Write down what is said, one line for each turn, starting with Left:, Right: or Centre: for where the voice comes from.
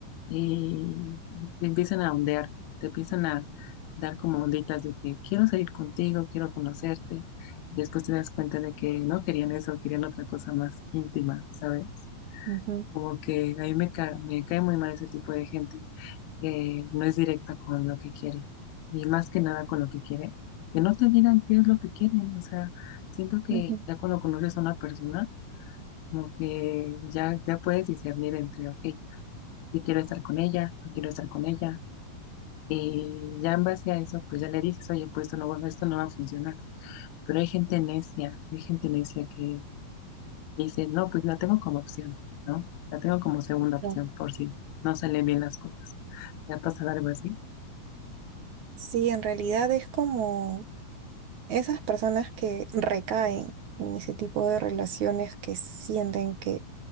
Left: y te empiezan a ondear, te empiezan a dar como onditas de que quiero salir contigo, quiero conocerte, y después te das cuenta de que no querían eso, querían otra cosa más íntima, ¿sabes?
Right: Ujú,
Left: Como que a mí me cae, me cae muy mal ese tipo de gente que no es directa con lo que quiere y más que nada con lo que quiere, que no te digan qué es lo que quieren. O sea, siento que
Right: ujú.
Left: ya cuando conoces a una persona, como que ya, ya puedes discernir entre, ok, si quiero estar con ella, no quiero estar con ella. Y ya en base a eso, pues ya le dices, oye, pues esto no, va- esto no va a funcionar. Pero hay gente necia, hay gente necia que Dice, no, pues la tengo como opción, ¿no? La tengo como segunda opción
Right: Ya.
Left: por si no salen bien las cosas. ¿Te ha pasado algo así?
Right: Sí, en realidad es como... Esas personas que recaen en ese tipo de relaciones que sienten que